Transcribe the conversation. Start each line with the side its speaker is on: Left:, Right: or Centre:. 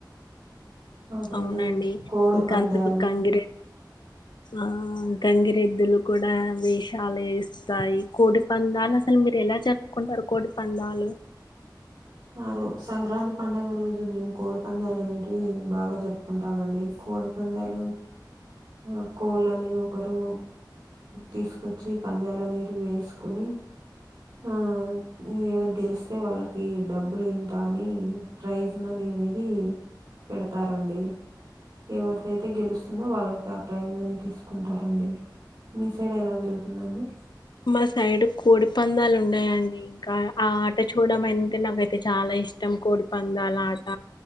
Right: ఆ రోజు
Left: అవునండి
Right: కోడి
Left: ఇంకా
Right: పందాలు
Left: అందురు గంగిరెద్లు ఆ కంగిరెద్దులు కూడా వేషాలు వే స్తాయి కోడి పందాలు అసలు మీరు ఎలా చెప్పుకుంటారు కోడి పందాలు
Right: ఆ రోజ సంక్రాంతి పండుగ రోజు మేము కోడి పందాలు అనేటివి బాగా జరుపుకుంటామండి కోడి పందాలు ఆ కోళ్ళని ఒకరు తీసుకొచ్చి పందాలు అనేటివి వేసుకుని ఆ ఎవరు గెలిస్తే వాళ్ళకి డబ్బులు ఇంత అని ప్రైజ్ మని అనేది పెడతారండి ఎవరిదైతే గెలుస్తుందో వాళ్ళకి ప్రైజ్ మని తీసుకుంటారండి మీ సైడ్ ఎలా జరుగుతుందండి
Left: మా సైడ్ కోడి పందాలు ఉండయండి ఇంకా ఆ ఆట చూడడం అంటే నాకైతే చాలా ఇష్టం కోడి పందాల ఆట